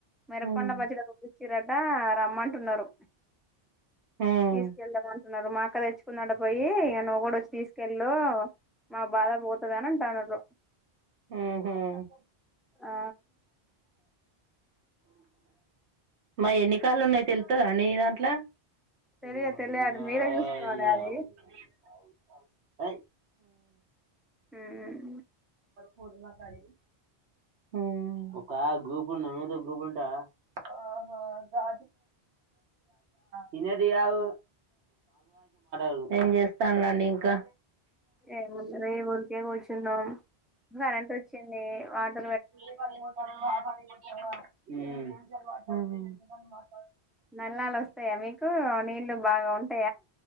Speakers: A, in the centre; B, on the right.
A: మిరప
B: ఉమ్
A: పండు పచ్చడ రుబ్బిన్చిరట రమ్మన్ టున్నరు
B: ఉమ్
A: తీసుకెళ్ళమని న్నరు మా అక్క తెచ్చుకున్ దంట పోయి ఇగ నువ్వు కూడా వచ్చి తీసుకెళ్ళు మా బాధ పోతది అని అంటాన్రు
B: ఊ హమ్
A: ఆ
B: మా ఎన్ని కాల్లు ఉన్నాయి తెలుత్త నీ దాంట్లో <unintelligible>
A: తెలియ తెలియాలి మీరే చూసుకోవాలి అది
B: హమ్
A: హూ హమ్
B: కొరు మకాయి హ్మ్ ఒక గ్రూప్ ఉన్న మీద ఒక గ్రూప్ ఉంటా ఆహా తినది కాదు <inaudible> చేస్తానుండి ఇంకా
A: ఏమన్న ఊరికే కూర్చున్నాం కరెంట్ వచ్చింది వాటర్
B: హ్మ్
A: నేల వస్తాయా మీకు నీళ్లు బాగాంట